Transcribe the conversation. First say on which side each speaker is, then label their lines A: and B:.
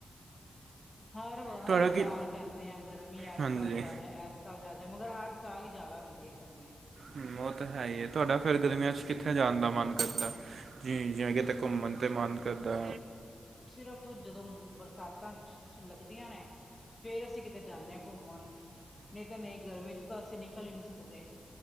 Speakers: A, on the left; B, on the right.
A: ਹਰ ਵਾ,
B: ਤੁਹਾਡਾ
A: ਹਰ ਸਾਲ
B: ਕੀ
A: ਕਹਿੰਦੇ ਆ ਗਰਮੀ ਐਸ
B: ਹਾਂਜੀ
A: ਸਾਲ ਜ਼ਿਆਦਾ ਐਸ ਚਲ ਜ਼ਿਆਦਾ, ਮਗਰ ਹਰ ਸਾਲ ਹੀ ਜ਼ਿਆਦਾ ਹੁੰਦੀ ਐ ਗਰਮੀ।
B: ਹਮ, ਉਹ ਤੇ ਹੈ ਹੀ ਐ, ਤਾਡਾ ਫੇਰ ਗਰਮੀਆਂ 'ਚ ਕਿੱਥੇ ਜਾਣ ਦਾ ਮਨ ਕਰਦਾ, ਜੀ ਜੇ ਕਿਤੇ ਘੁੰਮਨ ਤੇ ਮਨ ਕਰਦਾ।
A: ਸਿਰਫ਼, ਜਦੋਂ ਬਰਸਾਤਾਂ 'ਚ ਲੱਗਦੀਆਂ ਨੇ ਫਿਰ ਅਸੀਂ ਕਿਤੇ ਜਾਂਦੇ ਆਂ ਘੁੰਮਣ, ਨਹੀਂ ਤਾਂ ਨਹੀਂ ਗਰਮੀ 'ਚ ਤਾਂ ਅਸੀਂ ਨਿਕਲ ਹੀ ਨਹੀਂ ਸਕਦੇ।